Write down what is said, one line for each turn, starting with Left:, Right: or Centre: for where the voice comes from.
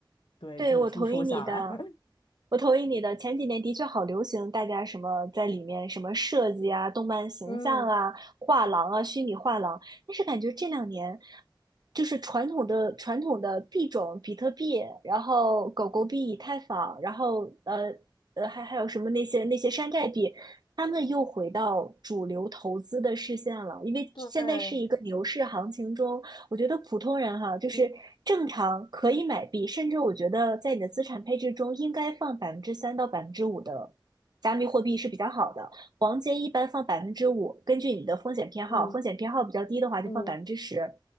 Left: 对这么听说下来，
Right: 对，我同意你的，
Left: <laughs>
Right: 我同意你的。前几年的确好流行，大家什么在里面什么设计啊、动漫形象啊、
Left: 嗯
Right: 画廊啊、
Left: 嗯，
Right: 虚拟画廊，但是感觉这两年就是传统的传统的币种，比特币，然后狗狗币、以太坊，然后呃呃，还还有什么那些那些山寨币，他们又回到主流投资的视线了，因为现在是一个牛市行情中。
Left: 对，
Right: 我觉得普通人哈，就是正常可以买币，
Left: 嗯
Right: 甚至我觉得在你的资产配置中应该放百分之三到百分之五的加密货币是比较好的。黄金一般放百分之五，根据你的风险偏好，
Left: 嗯
Right: 风险偏好比较低的话就放百分之十。
Left: 嗯